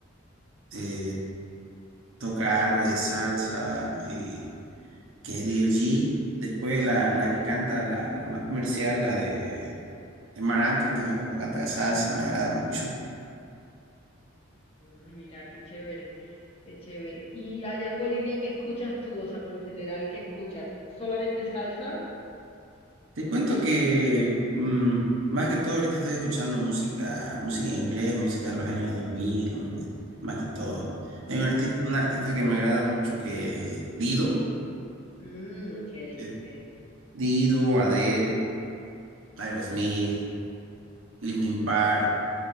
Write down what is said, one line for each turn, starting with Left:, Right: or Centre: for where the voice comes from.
Right: eh, toca algo de salsa y que es D. L. G. Después la, la que canta, la, la más comercial, la de, de Marc Anthony también cuando canta salsa, me agrada mucho.
Left: Mm, mira, qué chévere, qué chévere. ¿Y allá en Bolivia qué escuchas tú? O sea, por lo general, ¿qué escuchas? ¿Solamente salsa?
Right: Te cuento que mm, más que todo ahorita estoy escuchando música, música en inglés, música de los años 2000, más más que todo. Hay un arti- un artista que me agrada mucho que es Dido,
Left: Mm, ok,
Right: eh,
Left: ok.
Right: Dido, Adele, Aerosmith, Linkin Park.